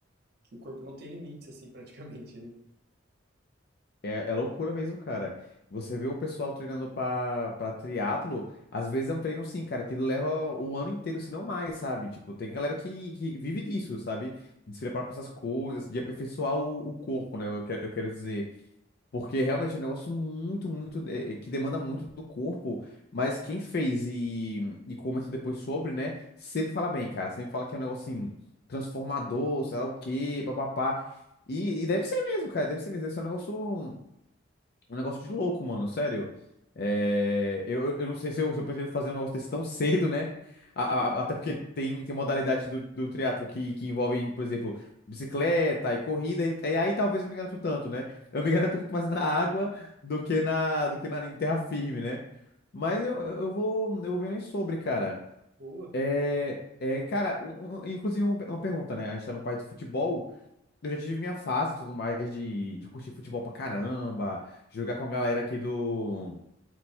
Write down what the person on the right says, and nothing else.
que o corpo não tem limites, assim, <laughs> praticamente, né?
Enfim,
boa.